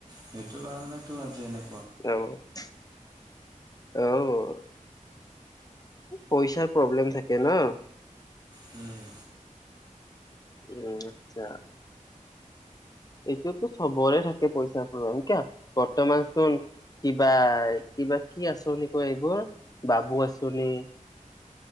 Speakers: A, on the right; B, on the left.
A: সেইটো কাৰণেতো আজি এনে
B: অ'! অঁ! পইচাৰ প্ৰব্লেম থাকে ন'?
A: উম!
B: উম, আচ্ছা! এইটোতো চবৰে থাকে। পইচাৰ প্ৰ কিয় বৰ্তমানচোন কিবা কিবা কি আঁচনি কয়, এইবোৰ বাবু আঁচনি।